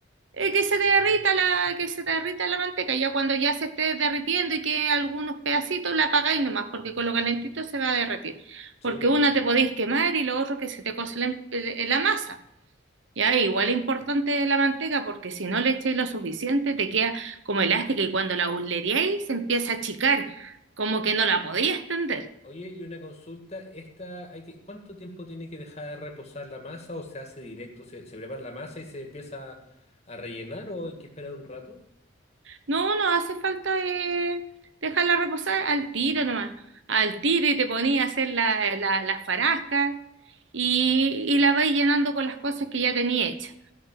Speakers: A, on the right; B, on the left.
A: eh, que se te derrita la, que se te derrita la manteca. Ya cuando ya se esté derritiendo y que algunos pedacitos la apagáis nomás, porque con lo calentito se va a derretir.
B: Súper.
A: Porque una te podéis quemar y lo otro que se te cuece la, em, eh, la masa. Ya, igual es importante la manteca porque si no le echáis lo suficiente te queda como elástica y cuando la burleríais se empieza a achicar, como que no la podía extender.
B: Oye, y una consulta, esta hay que, ¿cuánto tiempo tiene que dejar reposar la masa o se hace directo? ¿Se, se prepara la masa y se empieza a rellenar o hay que esperar un rato?
A: No, no hace falta eh, dejarla reposar al tiro nomás, al tiro y te ponía a hacer la, la, las farascas y, y la vais llenando con las cosas que ya tenía hecha.